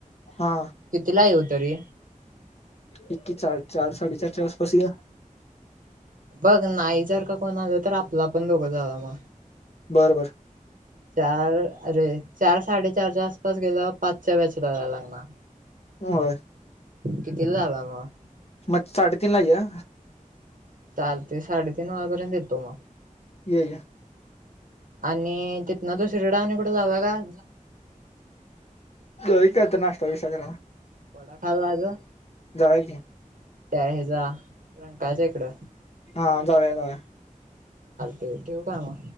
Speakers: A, on the left; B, on the right.
A: हा
B: कितीला येऊ तरी?
A: एक्की चार चार साडे चारच्या आसपास ये.
B: बघ नाही जर का कोण आलं तर आपला पण दोघं जाऊया म.
A: बरबर.
B: चार अरे चार साडेचारच्या आसपास गेलं पा पाचच्या बॅचला जायला लागणार.
A: होय.
B: कितीला झाला मग.
A: अच्छा साडेतीन ला या.
B: चालते साडेतीन वाजेपर्यंत येतो मग.
A: ये
B: आणि तिथन दुसरीकडं आणि कुठं जाऊया काय?
A: जाऊया काय तर नाश्ता विस्टा करायला.
B: वडा खायला जायचं?
A: जाऊया की.
B: त्या हेजा रंकाळ्याच्या इकडं.
A: हा जाऊ जावेया
B: ते ठेव का म